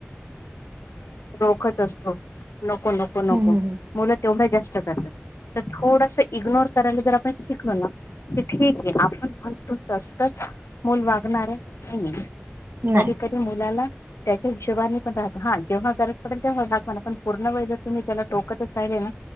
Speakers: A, on the left; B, on the right.
A: <unintelligible> रोखत असतो. नको नको नको.
B: हम्म हम्म हम्म
A: मुलं तेवढं जास्त करतात तर, थोडस इग्नोर करायला जर आपण शिकलो ना ते ठीकए, आपण म्हणतो तसच मुल वागन मॅडम कधी
B: नाही
A: कधी मुलाला त्यांच्या हशोबाने पण <unintelligible> जेव्हा गरज पडेल तेव्हा दाखवा पण पूर्ण वेळ जर तुम्ही त्याला टोकतच राहिले ना